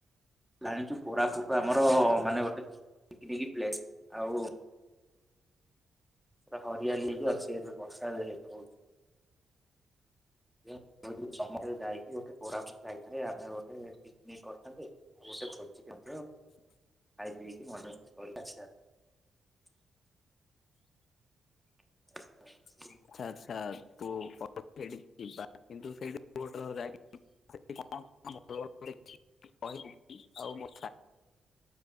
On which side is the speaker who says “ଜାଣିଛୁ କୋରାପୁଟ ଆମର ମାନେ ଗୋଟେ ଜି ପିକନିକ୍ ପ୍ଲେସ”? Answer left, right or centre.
Centre